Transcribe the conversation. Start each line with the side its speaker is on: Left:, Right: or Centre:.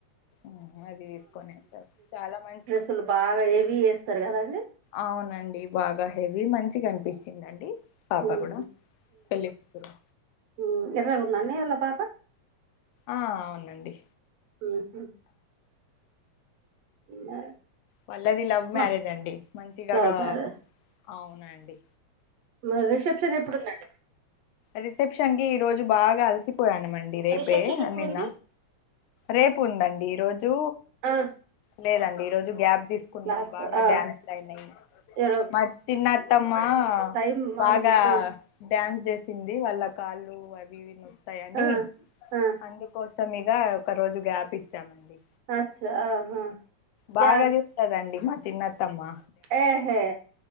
Left: ఆహ అది తీసుకొని వచ్చరు చాలా మం
Right: అసలు బాగా హెవీ ఏస్తారు కదండి
Left: అవునండి బాగా హెవీ మంచిగా అనిపిచిందండి పాప
Right: హ్మ్
Left: గూడా పెళ్ళికూతురు
Right: ఉమ్మ్ ఎర్రగుందండి ఆళ్ల పాప
Left: ఆ అవునండి
Right: మ్మ్ఉహ్మ్ మరి
Left: వాళ్లది లవ్
Right: మ
Left: మ్యారేజ్ అండి మంచిగ
Right: లవ్
Left: గా
Right: మ్యారే
Left: అవునండి
Right: మరి రిసెప్షన్ ఎప్పుడుందండి
Left: రిసెప్షన్ కి ఈరోజు బాగా అలసిపోయానుమండి రేపే
Right: రిసెప్షన్ ఎప్పుడుంది?
Left: ఆ నిన్న రేపు ఉందండి ఈ రోజు
Right: ఆ
Left: లేదండి ఈ రోజు గ్యాప్ తీసుకున్నాం
Right: బ్లాక్
Left: బాగా
Right: ఆ!
Left: డ్యాన్స్లు అయినయ్
Right: ఎరో
Left: మా చిన్నా అత్తమ్మా
Right: టైమ్ మాలుమ
Left: బాగా
Right: ఆ!
Left: డ్యాన్స్ చేసింది వాళ్ళ కాళ్ళు అవి ఇవి నోస్తాయని
Right: ఆ! ఆ!
Left: అందుకు కోసమిగ ఒక రోజు గ్యాప్ ఇచ్చామండి
Right: అచ్చ ఆహా
Left: బాగా
Right: గ్యా
Left: చెప్తాదండి మా చిన్నత్తమ్మా
Right: ఏహె